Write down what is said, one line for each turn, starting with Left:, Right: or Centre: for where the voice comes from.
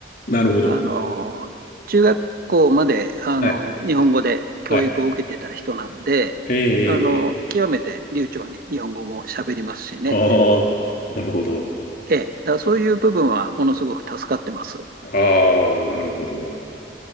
Left: なるほど。
Right: あの、中学校まで、あの、
Left: はい、
Right: 日本語で教育を受けてた人なんで、
Left: はい。ええ、
Right: あの、
Left: ええ、
Right: 極めて流暢に日本語も喋りますしね。
Left: ああ、なるほど。
Right: ええ、だからそういう部分はものすごく助かってます。
Left: ああ、なるほど。